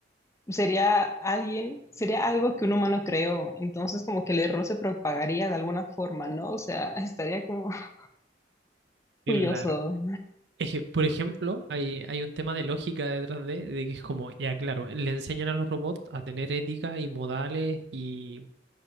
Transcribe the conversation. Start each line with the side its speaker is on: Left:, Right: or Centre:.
Left: sería alguien, sería algo que un humano creó, entonces como que el error se propagaría de alguna forma, ¿no? O sea, estaría como <laughs>
Right: Claro.
Left: curioso,
Right: Es que, por ejemplo, hay, hay un tema de lógica detrás de, de que es como, ya claro, le enseñan a los robots a tener ética y modales y